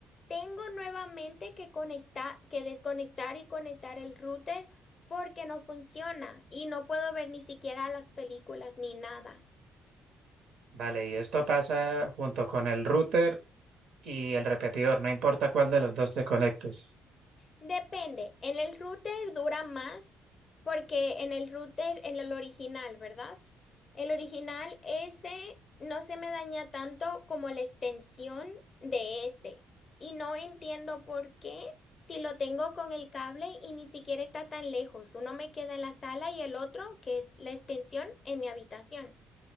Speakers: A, on the left; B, on the right.
A: Tengo nuevamente que conectar, que desconectar y conectar el router porque no funciona y no puedo ver ni siquiera las películas ni nada.
B: Vale, y esto pasa junto con el router y el repetidor, no importa cuál de los dos te conectes.
A: Depende, en el router dura más porque en el router, en el original, ¿verdad? El original ese no se me daña tanto como la extensión de ese. Y no entiendo por qué si lo tengo con el cable y ni siquiera está tan lejos. Uno me queda en la sala y el otro, que es la extensión, en mi habitación.